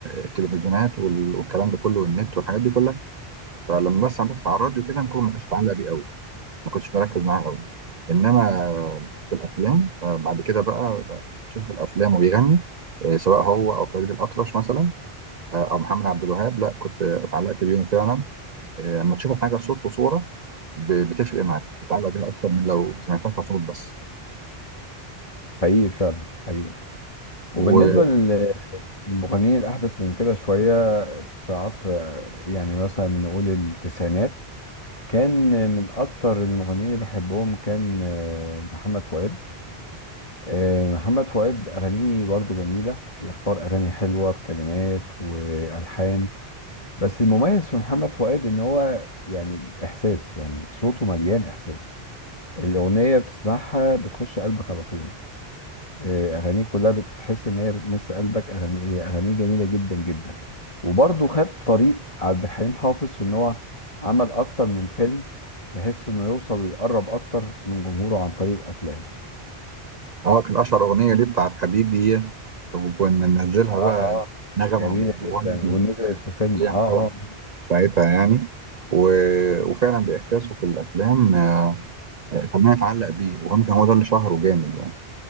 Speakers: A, on the right (about 50°); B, on the left (about 35°).
A: التلفزيونات وال- والكلام ده كله والنت والحاجات دي كلها فلما بس بص على الراديو كده ممكن ما كنتش متعلق بيه قوي ما كنتش بركز معاه قوي انما في الافلام آه، بعد كده بقى تشوف في الافلام وبيغني آه، سواء هو او فريد الاطرش مثلا آه، او محمد عبد الوهاب لا كنت آه، اتعلقت بيهم فعلا آه، لما تشوف الحاجه صوت وصوره ب- بتفرق معاك بتتعلق بيها اكتر من لو سمعتها كصوت بس
B: حقيقي فعلا حقيقي وبالنسبة
A: واه
B: لل- للمغنيين الأحدث من كده شوية في عصر آه، يعني مثلا نقول التسعينات كان من أكتر المغنيين اللي بحبهم كان آه، محمد فؤاد آه، محمد فؤاد أغانيه برضو جميلة بيختار أغاني حلوة بكلمات وألحان بس المميز في محمد فؤاد إن هو يعني الإحساس يعني صوته مليان إحساس الأغنية بتسمعها بتخش قلبك على طول آه، أغانيه كلها بتحس إن هي بتمس قلبك أغاني أغانيه جميلة جدا جدا وبرضو خد طريق عبد الحليم حافظ في إن هو عمل أكتر من فيلم بحيث إنه يوصل ويقرب أكتر من جمهوره عن طريق الأفلام
A: كان اشهر اغنيه ليه بتاعت حبيبي وكنا ننزلها
B: اه
A: بقى
B: اه
A: نغم
B: جميلة
A: على الموبايل
B: جدا ونزلت في فيلم
A: عليها
B: اه
A: طبعا
B: اه
A: ساعتها يعني و... وفعلا بإحساسه في الأفلام آه، آه، خلاني أتعلق بيه وهم كان هو ده اللي شهره جامد يعني